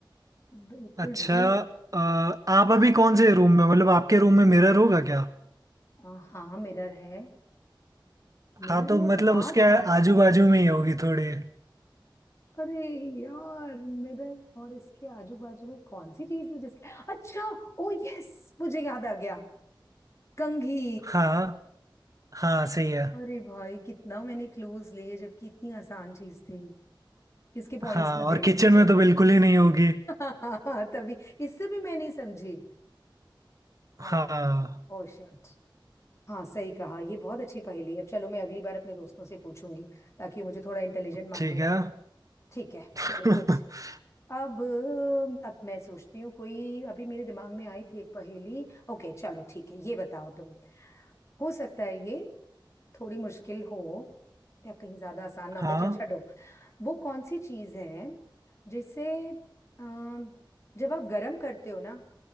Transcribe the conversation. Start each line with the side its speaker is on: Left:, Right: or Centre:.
Left: बिल्कुल
Right: अच्छा
Left: भी नहीं समझ
Right: अ, आप अभी कौन से रूम में मतलब आपके रूम में मिरर होगा क्या
Left: में आ रहा। हाँ मिरर है मिरर
Right: हाँ तो
Left: में
Right: मतलब
Left: दांत
Right: उसके
Left: कहाँ
Right: आजू
Left: है
Right: बाजू में ही होगी थोड़ी
Left: अरे यार मिरर और इसके आजू बाजू में कौन सी चीज है जिसके अच्छा ओ यस मुझे याद आ गया कंघी
Right: हाँ हाँ सही है
Left: अरे भाई कितना मैंने क्लूज लिए जबकि इतनी आसान चीज थी इसके पॉइंट्स
Right: हाँ
Left: मत
Right: और
Left: देना
Right: किचन
Left: मुझे
Right: में तो बिल्कुल ही नहीं होगी
Left: <laughs> तभी इससे भी मैं नहीं समझी हाँ
Right: हाँ
Left: ओ शिट हाँ सही कहा ये बहुत अच्छी पहेली है अब चलो मैं अगली बार अपने दोस्तों से पूछूंगी ताकि वो मुझे थोड़ा इंटेलिजेंट मानने
Right: ठीक है
Left: लगे ठीक है
Right: <laughs>
Left: चलो गुड अब अब मैं सोचती हूँ कोई अभी मेरे दिमाग में आई थी एक पहेली ओके चलो ठीक है ये बताओ तुम हो सकता है ये थोड़ी मुश्किल हो या कहीं ज्यादा आसान ना हो
Right: हाँ
Left: जाए चलो छोड़ो वो कौन सी चीज है जिसे अम, जब आप गर्म करते हो ना